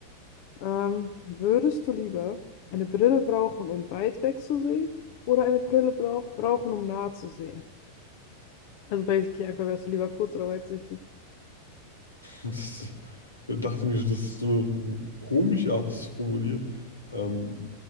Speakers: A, on the left; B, on the left.
A: Ähm, würdest du lieber eine Brille brauchen, um weit weg zu sehen, oder eine Brille brauch brauchen, um nah zu sehen? Also basically einfach wärst du lieber kurz oder weitsichtig.
B: Und das, da dachte ich mir, das ist so eine komische Art, das zu formulieren. Ähm,